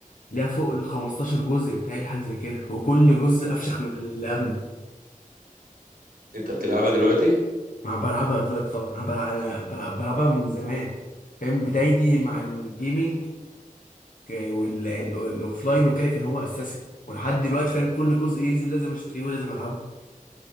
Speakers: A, on the left; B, on the right.
A: ليها فوق ال 15 جزء بتاعي الحاجة زي كده وكل جزء أفشخ من اللي قبله
B: انت بتلعبها دلوقتي
A: أنا بلعبها دلوقتي طبعا أنا بلع- أنا بلع- بلعبها من زمان فاهم بدايتي مع الجيمنج والأوفلاين وكده كان هو أساسي ولحد دلوقتي فاهم كل جزء ينزل لازم أشتريه ولازم ألعبه